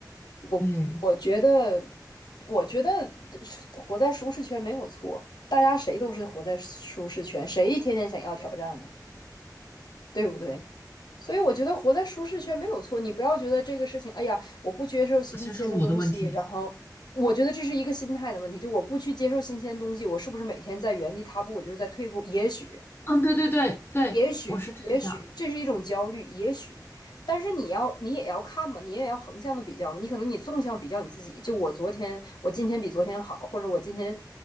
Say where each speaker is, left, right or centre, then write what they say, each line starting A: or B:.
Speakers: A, on the left; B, on the left.
A: 我我觉得，
B: 对，
A: 我觉得活在舒适圈没有错，大家谁都是活在舒适圈，谁天天想要挑战呢？对不对？所以我觉得活在舒适圈没有错，你不要觉得这个事情，哎呀，我不接受新鲜的东西，
B: 其实是我的问题。
A: 然后我觉得这是一个心态的问题，就我不去接受新鲜的东西，我是不是每天在原地踏步，我就是在退步？也许，
B: 嗯，对对对对，
A: 也许，
B: 我是这样想。
A: 也许这是一种焦虑，也许，但是你要，你也要看嘛，你也要横向的比较嘛。你可能你纵向比较你自己，就我昨天，我今天比昨天好，或者我今天，